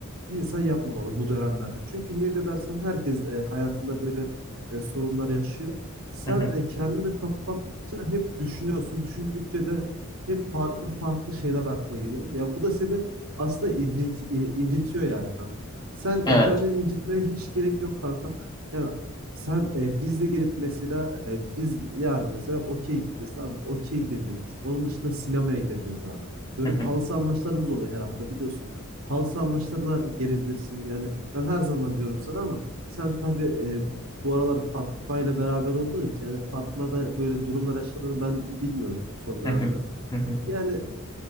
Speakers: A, on the right (about 80°); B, on the left (about 20°).
A: bir insan yapmamalı bu dönemlerde. Çünkü ne de dersen herkes e, hayatında böyle e, sorunlar yaşıyor. Sen
B: Hı hı.
A: e, kendini kapattıkça hep düşünüyorsun. Düşündükçe de hep farklı farklı şeyler aklına geliyor. Ya bu da seni aslında incit, incitiyor yani kanka. Sen
B: Evet.
A: e, kendini incitmeye hiç gerek yok kankam. Yani sen e, bizle gelip mesela e, biz yarın mesela okey gideceğiz tamam mı? Okey gidebiliriz. Onun dışında sinemaya gidebiliriz abi. Dönüp
B: Hı hı.
A: halı saha maçlarımız oluyor her hafta biliyorsun. Halı saha maçlarına gelebilirsin. Yani ben her zaman diyorum sana ama sen tabii e, bu aralar Fatma ile beraber olduğun için yani Fatma da böyle durumlar yaşadığını ben bilmiyordum son dönemlerde.
B: Hı hı. Hı hı.
A: Yani